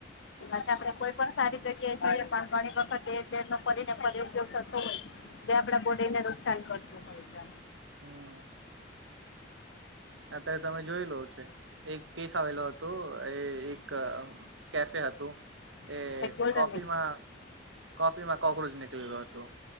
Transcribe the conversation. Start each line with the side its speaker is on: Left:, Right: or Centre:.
Left: છે આપણે કોઈ પણ સારી જગ્યાએ જઈએ <inaudible> પણ ઘણી વખત એ જે તમને ફરીને ફરી ઉપયોગ થતો હોય તો આપણા બોડીને નુકસાન કરતું હોય છે.
Right: હમ. અત્યારે તમે જોઈ લો છો એક કેસ આવેલો હતો એ એક એક અ કેફે હતું એ
Left: હોય ગોલ્ડન
Right: કોફીમાં કોફીમાં કોક્રોચ નીકળેલો હતો